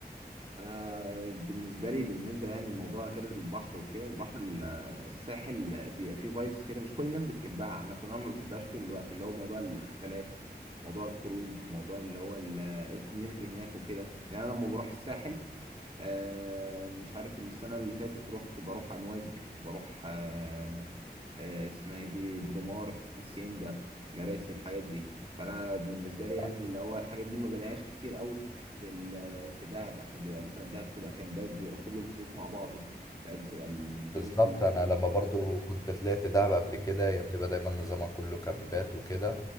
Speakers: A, on the right; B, on the left.
A: انا بالنسبه لي بالنسبه يعني الموضوع غير البحر وكده البحر ال- الساحل بيبقى فيه فايبس كده مش كل الناس بتحبها عامه انا ما بحبهاش طول الوقت اللي هو موضوع الحفلات موضوع الخروج موضوع اللي هو الكوميونتي هناك وكده يعني انا لما بروح الساحل آه مش عارف السنة اللي فاتت رحت بروح أمواج بروح آه آه اسمها ايه دي بلومار هاسيندا مراسي الحاجات دي فأنا بالنسبة لي يعني
B: كده
A: اللي هو الحاجات دي ما بلاقيهاش كتير قوي في ال- في دهب عشان بيبقى مثلا دهب بتبقى كامبات بيبقى كله مخلوط مع بعضه فاهم بتبقى الدنيا
B: بالظبط
A: كلها
B: انا
A: ايه
B: لما برضو كنت طلعت دهب قبل كده هي بتبقى دايما نظامها كله كامبات وكده